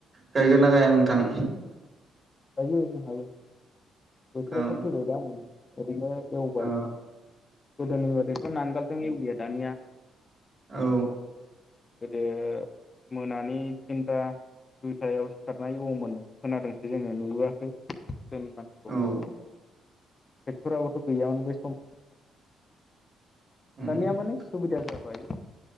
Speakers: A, on the right; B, on the left.
A: गायगो ना गाया नोंथां
B: गायो जोंहाबो बोथोराथ'
A: औ
B: फैबाय दा नै ओरैनो एवबाय
A: औ
B: गोदोनि बादिथ' नांगालजों एवलिया दानिया
A: औ
B: गोदो मोनानि थिनथा दुइथायाव सिखारना एवोमोन नो खोनादोंसो जोङो नुबोआखै गोदोनि मानसिखौहाय
A: औ
B: टेक्ट'राबोथ' गैयामोन बे समा
A: उम
B: दानिया माने सुबिदा जाबाय